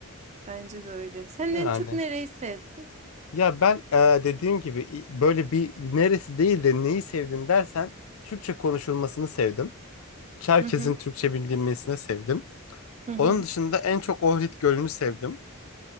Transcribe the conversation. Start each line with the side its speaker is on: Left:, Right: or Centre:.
Right: Bence de öyle. Sen
Left: Değil
Right: en çok
Left: anne?
Right: nereyi sevdin?
Left: Ya ben e, dediğim gibi i- böyle bir neresi değil de neyi sevdin dersen Türkçe konuşulmasını sevdim. Çerkez'in
Right: Hı hı.
Left: Türkçe bildirilmesine sevdim.
Right: Hı hı.
Left: Onun dışında en çok Ohrid Gölü'nü sevdim.